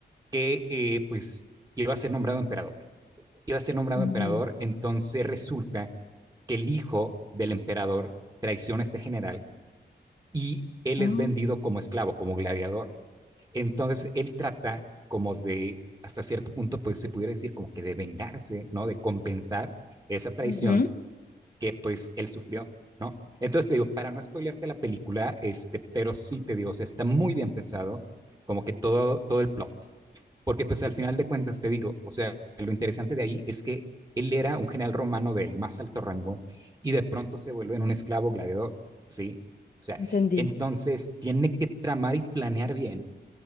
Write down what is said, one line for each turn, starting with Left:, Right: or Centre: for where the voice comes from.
Right: que eh, pues iba a ser nombrado emperador. Iba a ser nombrado
Left: ujú.
Right: emperador, entonces resulta que el hijo del emperador traiciona a este general y él
Left: Ah,
Right: es vendido como esclavo, como gladiador. Entonces él trata como de, hasta cierto punto, pues se pudiera decir como que de vengarse, ¿no? De compensar esa traición
Left: Ujú.
Right: que pues él sufrió, ¿no? Entonces te digo, para no spoilearte la película, este, pero sí te digo, o sea, está muy bien pensado, como que todo, todo el plot, porque pues al final de cuentas te digo, o sea, lo interesante de ahí es que él era un general romano del más alto rango y de pronto se vuelve en un esclavo gladiador, ¿sí? O sea,
Left: Entendí.
Right: entonces tiene que tramar y planear bien